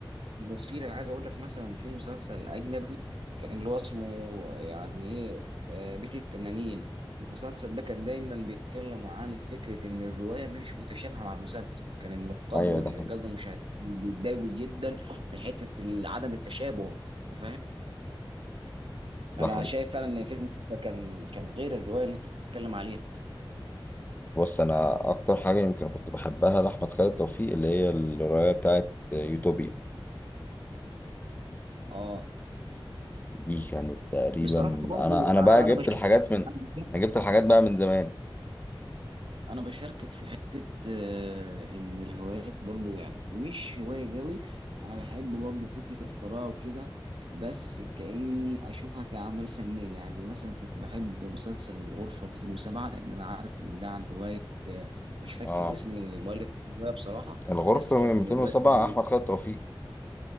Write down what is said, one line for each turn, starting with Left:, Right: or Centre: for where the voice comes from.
Right: بصير انا عايز اقول لك مثلا في مسلسل اجنبي كان اللي هو اسمه يعني ايه آه، بيت التنانين المسلسل ده كان دايما بيتكلموا عن فكره ان الروايه مش متشابهه مع المسلسل وكان النقاد
Left: ايوه
Right: والقصد
Left: ده حقيقي
Right: المشاهدين بيتضايقوا جدا من حته ال- عدم التشابه انت فاهم
Left: ده
Right: فانا
Left: حقيقي
Right: شايف فعلا ان فيلم ده كان كان غير الروايه اللي انت بتتكلم عليها
Left: بص انا اكتر حاجة يمكن كنت بحبها لأحمد خالد توفيق اللي هي الرواية بتاعت يوتوبيا
Right: اه
Left: دي كانت تقريبا
Right: بصراحه برضو
Left: انا انا
Right: انا
Left: بقى جبت
Right: انا بشوف
Left: الحاجات من
Right: انا بشوف
Left: انا جبت الحاجات بقى من زمان
Right: انا بشاركك في حته آه، ان الهوايات برضو يعني مش هوايه قوي انا بحب برضو فكره القراءه وكده بس كاني اشوفها كاعمال فنيه يعني مثلا كنت بحب مسلسل الغرفه 207 لان انا عارف ان ده عن روايه آه، مش فاكر
Left: اه
Right: اسم المؤلف الروايه بصراحه
Left: الغرفة
Right: بس كانت
Left: 207
Right: من الروايات دي.
Left: احمد خالد توفيق